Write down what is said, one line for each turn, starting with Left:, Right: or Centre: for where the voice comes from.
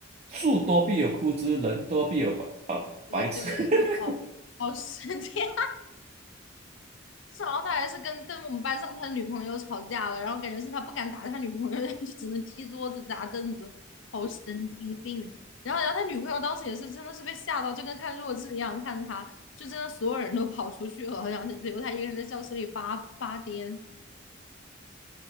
Right: 树多必有枯枝，人多必有白啊白痴。
Left: <laughs> 对对，就好好神经。
Right: <laughs>
Left: <laughs> 然后他还是跟跟我们班上他的女朋友吵架了，然后感觉是他不敢打他女朋友，<laughs> 就只能踢桌子砸凳子，好神经病。然后，然后他女朋友当时也是真的是被吓到，就跟看弱智一样看他，就真的所有人都跑出去了，然后留他一个人在教室里发发癫，